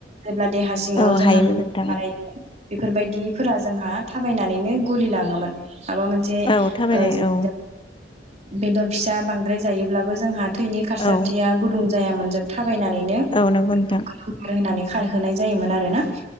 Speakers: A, on the right; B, on the left.
A: जेब्ला देहा सिङाव
B: औ
A: जोंहा
B: हायोमोन
A: <unintelligible>
B: नोंथां
A: बेफोरबायदिफोरा जोंहा थाबायनानैनो गलि लाङोमोन। माबा मोनसे
B: औ थाबायनाय
A: ओ <unintelligible>
B: औ
A: बेदर फिसा बांद्राय जायोब्लाबो जोंहा थैनि खारसारथिया
B: औ
A: गुदुं जायामोन। था थाबायनानै
B: औ नंगौ
A: बेखौ
B: नोंथां
A: <unintelligible> होनानै खारहोनाय जायोमोन आरो ना?